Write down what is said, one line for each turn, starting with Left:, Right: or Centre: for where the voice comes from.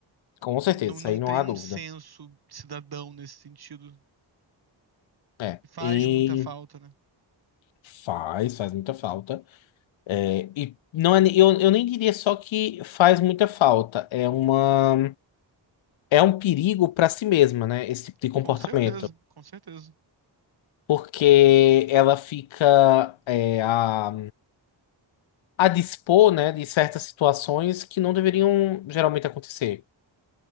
Left: com certeza,
Right: Não, não,
Left: isso
Right: não
Left: aí
Right: tem
Left: não há
Right: um
Left: dúvida.
Right: senso cidadão nesse sentido.
Left: É,
Right: E faz
Left: e
Right: muita falta, né?
Left: faz, faz muita falta. É, e não é, eu, eu nem diria só que faz muita falta, é uma, é um perigo para si mesma, né? Esse tipo de comportamento,
Right: Com certeza, com certeza.
Left: porque ela fica é, a, a dispor, né, de certas situações que não deveriam geralmente acontecer.